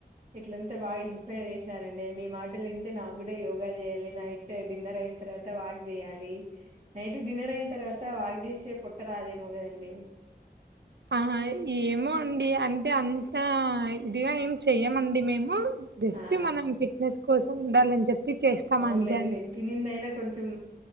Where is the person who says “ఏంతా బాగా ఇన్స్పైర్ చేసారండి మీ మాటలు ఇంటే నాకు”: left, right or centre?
Right